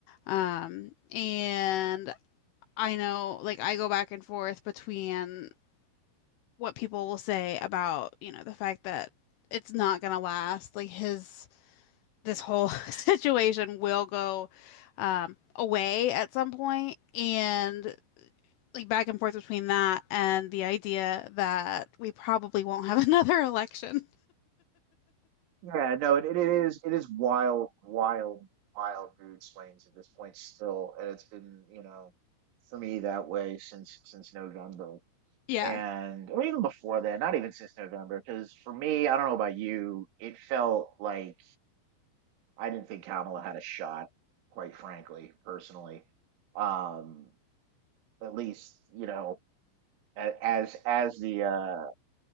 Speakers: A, on the left (about 80°); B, on the right (about 70°).
A: Um, and I know like I go back and forth between what people will say about, you know, the fact that it's not gonna last, like his this whole <laughs> situation will go um, away at some point, and like back and forth between that and the idea that we probably won't have <laughs> another election.
B: Yeah, no, it, it is it is wild, wild, wild mood swings at this point still, and it's been you know for me that way since since November
A: Yeah,
B: and or even before that, not even since November, because for me, I don't know about you, it felt like I didn't think Kamala had a shot, quite frankly, personally. Um, at least, you know, a- as as the uh,